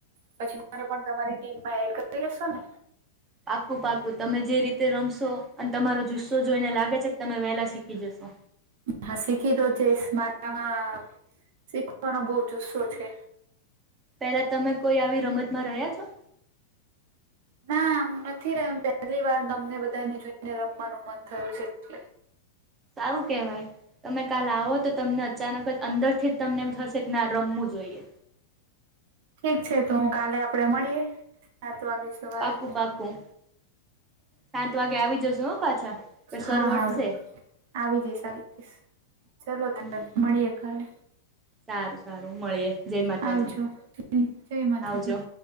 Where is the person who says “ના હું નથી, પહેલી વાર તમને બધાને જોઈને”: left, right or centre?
Right